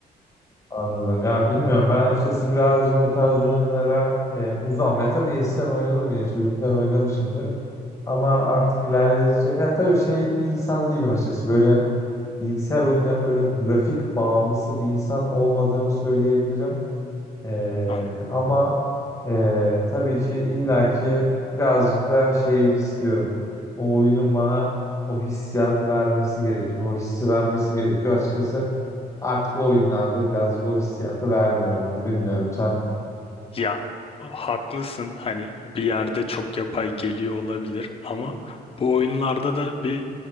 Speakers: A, on the left; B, on the left.
A: anladım. Ya bilmiyorum. Ben açıkçası birazcık o tarz oyunlara e, uzağım. Ya tabii eskiden oynadım yine. Çocukken oynamışımdır. Ama artık ilerledikçe ya tabii şey bir insan da değilim açıkçası. Böyle bilgisayar oyunlarında böyle grafik bağımlısı bir insan olmadığımı söyleyebilirim. E,
B: Anladım.
A: ama Ee, tabii ki illaki birazcık da şeylik istiyorum. O oyunun bana o hissiyatı vermesi gerekiyor. O hissi vermesi gerekiyor. Açıkçası artık o oyunlarda birazcık o hissiyatı vermiyor bana. Bilmiyorum sen.
B: Ya haklısın hani bir yerde çok yapay geliyor olabilir ama bu oyunlarda da bir